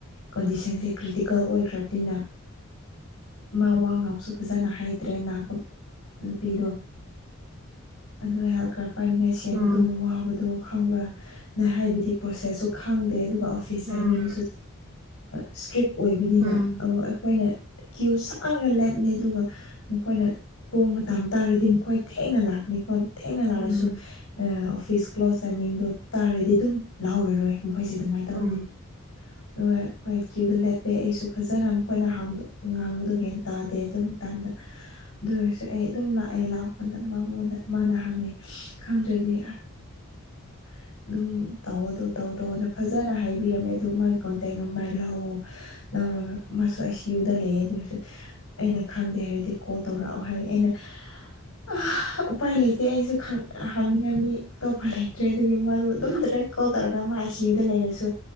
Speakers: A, on the left (about 85°); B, on the right (about 30°).
A: ꯀꯣꯟꯗꯤꯁꯟꯁꯦ ꯀ꯭ꯔꯤꯇꯤꯀꯦꯜ ꯑꯣꯏꯈ꯭ꯔꯕꯅꯤꯅ ꯃꯥ ꯋꯥ ꯉꯥꯡꯕꯁꯨ ꯐꯖꯅ ꯍꯩꯇ꯭ꯔꯦ ꯅꯥꯕ ꯅꯨꯄꯤꯗꯣ ꯑꯗꯨꯣ ꯍꯦꯜ ꯀ꯭ꯔ ꯄꯥꯏꯅꯤꯡꯉꯥꯏ ꯁꯦꯝꯕꯗꯣ
B: ꯎꯝ
A: ꯋꯥꯕꯗꯣ ꯈꯪꯕ꯭ꯔꯥꯅ ꯍꯥꯏꯕꯗꯤ ꯄ꯭ꯔꯣꯁꯦꯁꯁꯨ ꯈꯪꯗꯦ ꯑꯗꯨꯒ ꯏꯁꯥꯏꯃꯤꯡꯁꯨ
B: ꯎꯝ
A: ꯏꯁꯇ꯭ꯔꯤꯛ ꯑꯣꯏꯕꯅꯤꯅ
B: ꯎꯝ
A: ꯑꯩꯈꯣꯏꯅ ꯀ꯭ꯌꯨ ꯁꯥꯡꯅ ꯂꯦꯞꯅꯤ ꯑꯗꯨꯒ ꯃꯈꯣꯏꯅ ꯄꯨꯡ ꯃꯇꯝ ꯇꯥꯔꯗꯤ ꯃꯈꯣꯏ ꯊꯦꯡꯅ ꯂꯥꯛꯀꯅꯤꯀꯣ ꯊꯦꯡꯅ ꯂꯥꯛꯑꯥꯁꯨ
B: ꯎꯝ
A: ꯑꯣꯐꯤꯁ ꯀ꯭ꯂꯣꯁ ꯇꯥꯏꯃꯤꯡꯗꯣ ꯇꯥꯔꯗꯤ ꯑꯗꯨꯝ ꯂꯥꯎꯔꯔꯣꯏ ꯃꯈꯣꯏꯁꯦ ꯑꯗꯨꯃꯥꯏꯅ ꯇꯧꯅꯤ
B: ꯎꯝ
A: ꯑꯗꯨꯒ ꯑꯩꯈꯣꯏ ꯀ꯭ꯌꯨꯗ ꯂꯦꯞꯄꯦ ꯑꯩꯁꯨ ꯐꯖꯅ ꯃꯈꯣꯏꯅ ꯍꯥꯡꯕ ꯉꯥꯡꯕꯗꯨꯒ ꯒꯌ꯭ꯥꯟ ꯇꯥꯗꯦ ꯑꯗꯨ ꯃꯇꯝꯗ ꯑꯗꯨ ꯑꯣꯏꯔꯁꯨ ꯑꯩ ꯑꯗꯨꯝ ꯂꯥꯛꯑꯦ ꯂꯥꯛꯄꯗ ꯃꯉꯣꯟꯗ ꯃꯥꯅ ꯍꯪꯉꯦ ꯈꯪꯗ꯭ꯔꯗꯤ <unintelligible> ꯑꯗꯨꯝ ꯇꯧꯑꯣ ꯑꯗꯨ ꯇꯧ ꯇꯧꯅ ꯐꯖꯅ ꯍꯥꯏꯕꯤꯔꯝꯃꯦ ꯑꯗꯨꯗ ꯃꯥꯒꯤ ꯀꯣꯟꯇꯦꯛ ꯅꯝꯕꯔ ꯂꯧꯑꯣ ꯂꯧꯔꯒ ꯃꯥꯁꯨ ꯑꯥꯏ ꯁꯤ ꯌꯨꯗ ꯂꯩꯌꯦ ꯑꯗꯨ ꯑꯣꯏꯔꯁꯨ ꯑꯩꯅ ꯈꯪꯗꯦ ꯍꯥꯏꯔꯗꯤ ꯀꯣꯜ ꯇꯧꯔꯛꯑꯣ ꯍꯥꯏ ꯑꯩꯅ ꯑ ꯎꯄꯥꯏ ꯂꯩꯇꯦ ꯑꯩꯁꯨ ꯍꯥꯡꯅꯤꯡꯉꯥꯏ ꯃꯤ ꯑꯇꯣꯞꯄ ꯂꯩ ꯇ꯭ꯔꯦ ꯑꯗꯨꯒꯤ ꯃꯥꯗꯨ ꯑꯗꯨꯝ ꯗꯥꯏꯔꯦꯛ ꯀꯣꯜ ꯇꯧꯔꯒ ꯃꯥ ꯑꯥꯏ ꯁꯤ ꯌꯨꯗ ꯂꯩꯔꯁꯨ